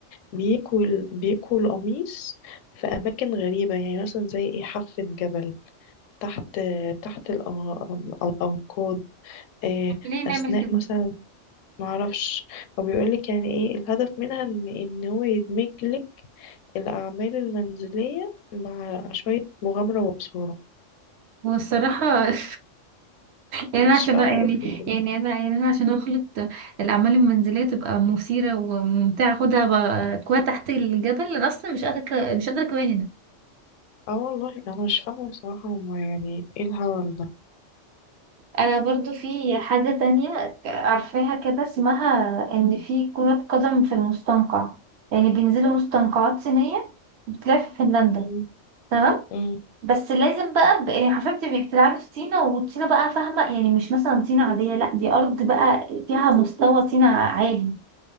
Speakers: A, on the left (about 80°); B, on the right (about 65°).
A: بيكوا ال- بيكوا القميص في أماكن غريبة يعني مثلا زي ايه حافة جبل تحت تحت الأن- الأنقاض آه،
B: طب ليه نعمل
A: أثناء
B: كده
A: مثلا معرفش هو بيقولك يعني إيه الهدف منها إن إن هو يدمج لك الأعمال المنزلية مع شوية مغامرة وإثارة
B: والصراحة <laughs> يعني
A: مش
B: أنا عشان
A: فاهمة
B: يعني
A: إيه في كده
B: يعني أنا يعني أنا عشان أخلط الأعمال المنزلية تبقى مثيرة وممتعة أخدها بقى- أكواع تحت الجبل أنا أصلا مش قادرة مش قادرة أكواها
A: اه والله أنا مش فاهمة بصراحة هما يعني إيه الهبل ده
B: انا برضو في حاجة تانية ك- عارفاها كده اسمها ان في كرة قدم في المستنقع يعني بينزلوا مستنقعات صينية بتلعب في فنلندا
A: م-
B: تمام
A: م-
B: بس لازم بقى ب- يعني حرفيا بتبقي بتلعبي في طينة وطينة بقى فاهمة يعني مش مثلا طينة عادية لا دي أرض بقى فيها مستوى طينة عالي